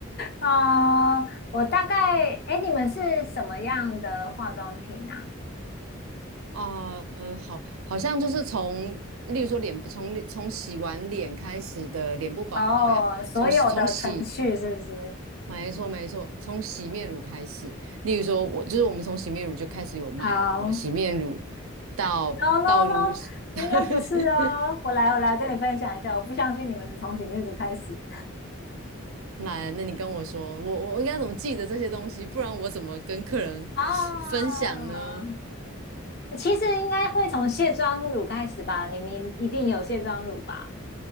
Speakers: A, on the left (about 50°); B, on the right (about 85°).
A: 啊、我大概，哎，你们是什么样的化妆品啊？
B: 啊、呃，好，好像就是从，例如说脸部，从从洗完脸开始的脸部保保养，
A: 哦，所有的程序是不是？
B: 从从洗，没错没错，从洗面乳开始。例如说我，就是我们从洗面乳就开始有卖了啊，
A: 好，
B: 洗面乳到到如，
A: No no no，
B: <laughs>
A: 应该不是哦。我来，我来跟你分享一下。我不相信你们从洗面乳开始
B: 来，那你跟我说，我我应该怎么记得这些东西，不然我怎么跟客人分享呢？
A: 啊。其实应该会从卸妆乳开始吧？你们一定有卸妆乳吧？